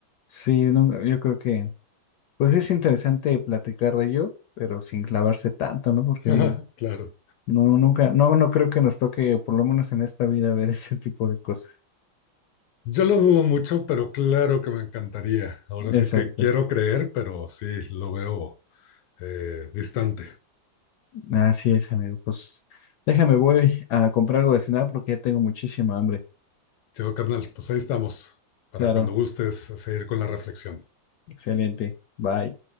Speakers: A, on the left (about 75°); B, on the left (about 85°).
A: sí, no, yo creo que... Pues sí es interesante platicar de ello, pero sin clavarse tanto, ¿no? Porque
B: <laughs>
A: digo,
B: Claro.
A: no, nunca, no, no creo que nos toque, por lo menos en esta vida, ver <laughs> ese tipo de cosas.
B: Yo lo dudo mucho, pero claro que me encantaría. Ahora
A: Exacto.
B: sí que quiero creer, pero sí, lo veo eh, distante.
A: Así es, amigo. Pues déjame, voy a comprar algo de cenar porque ya tengo muchísima hambre.
B: Chido, carnal, pues ahí estamos, para
A: Claro,
B: cuando gustes seguir con la reflexión.
A: excelente. Bye.